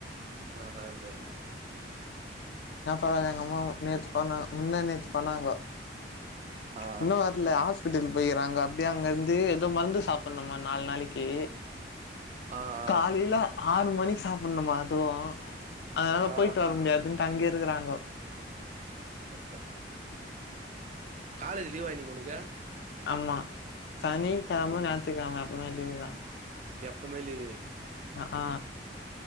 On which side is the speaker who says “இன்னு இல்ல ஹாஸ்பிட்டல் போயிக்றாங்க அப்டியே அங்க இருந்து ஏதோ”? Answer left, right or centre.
Left